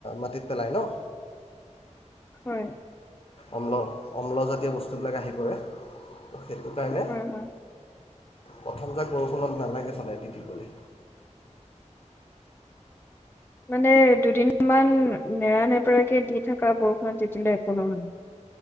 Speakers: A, on the left; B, on the left.
A: মাটিত পেলায় ন
B: হয়
A: অম্ল অম্লজাতীয় বস্তুবিলাক আহি পৰে সেইটোৱেই কাৰণে
B: হয় হয়
A: প্ৰথম যে বৰষুণত নেলাগে সদায় তি দিবলৈ
B: মানে দুদিন মমান নেৰানেপেৰাকৈ দি থকা বৰষুণত তেতিয়াই একলম